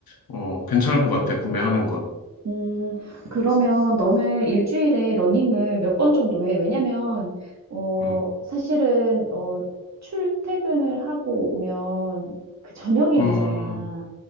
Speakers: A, on the left; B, on the right.
A: 어, 괜찮을 것 같아, 구매하는 건.
B: 음, 그러면 너는 일주일에 러닝을 몇 번 정도 해? 왜냐면, 어,
A: 음,
B: 사실은, 어, 출퇴근을 하고 오면 그 저녁이
A: 음,
B: 되잖아.